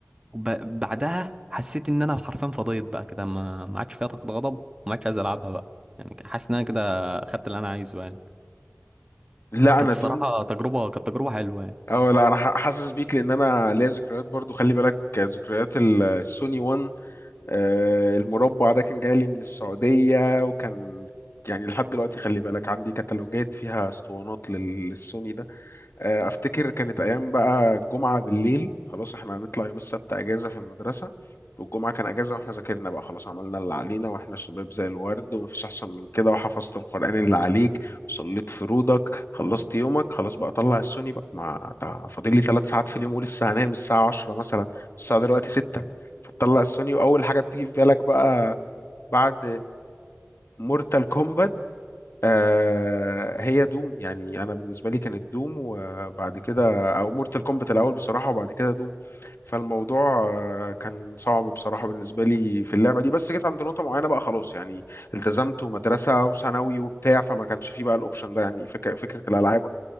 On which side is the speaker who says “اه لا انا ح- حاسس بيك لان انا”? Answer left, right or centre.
Left